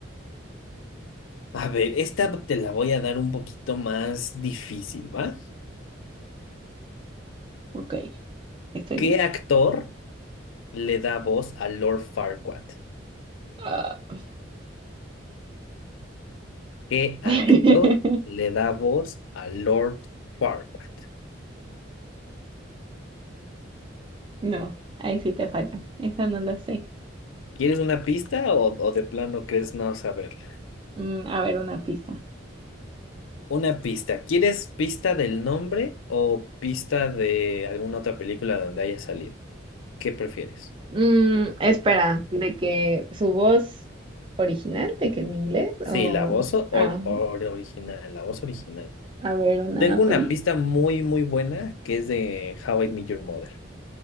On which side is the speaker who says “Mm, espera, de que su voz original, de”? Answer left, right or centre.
Right